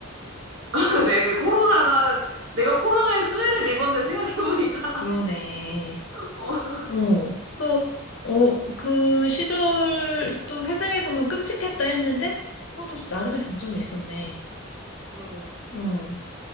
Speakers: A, on the right (about 70°); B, on the left (about 65°).
A: <laughs> 내가 코로나가, 내가 코로나에 수혜를 입었네 생각해보니까.
B: 그러네.
A: <laughs> 어,
B: 어, 그래서, 어, 그 시절 또 회상해보면 끔찍했다 했는데, 어, 또 나름의 장점이 있었네.
A: 그러게.
B: 어,